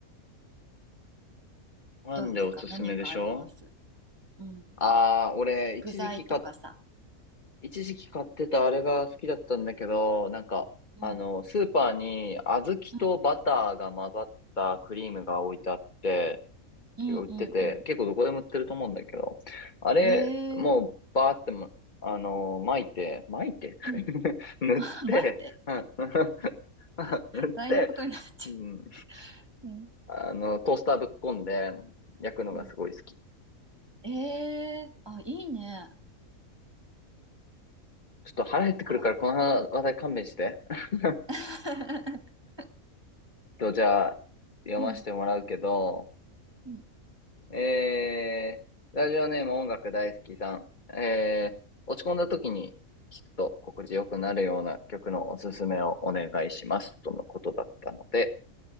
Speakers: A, on the left; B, on the right.
A: パンでおすすめでしょ
B: どうですか何かありますうん。
A: ああー、俺、一時期か、
B: 具材とかさ。
A: 一時期買ってたあれが好きだったんだけど、なんか、
B: うん。
A: あの、スーパーに小豆とバターが混ざったクリームが置いてあって、
B: うんうんうんうん。
A: てか売ってて、結構どこでも売ってると思うんだけど、あれ、
B: へえ。
A: もうバーっても、あのー巻いて、巻いて <laughs>
B: うん。
A: 塗って、
B: <laughs> 前って
A: うん <laughs> 塗って、
B: 大変なことになっち
A: うん、
B: ゃう。うん。
A: あの、トースターぶっこんで焼くのがすごい好き。
B: うん。ええあ、いいね。
A: ちょっと腹減ってくるから、
B: ほら。
A: この話題勘弁して。<laughs> えっ
B: <laughs>
A: と、じゃあ、読ませてもらうけど、
B: うん。うん。
A: えー、ラジオネーム音楽大好きさん。えー、落ち込んだ時に聞くと心地よくなるような曲のおすすめをお願いします。とのことだったので、